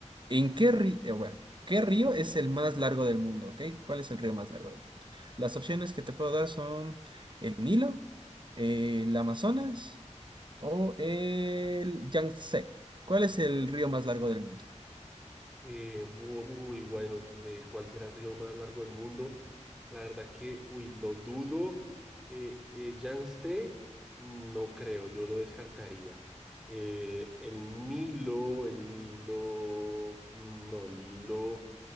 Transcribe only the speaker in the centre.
Eh, bu- uy, bueno, eh, ¿cuál será el río más largo del mundo? La verdad que, uy, lo dudo. Eh, eh, Yangtze, no creo, yo lo descartaría. Eh, el Nilo, el Nilo, mm, no, el Nilo.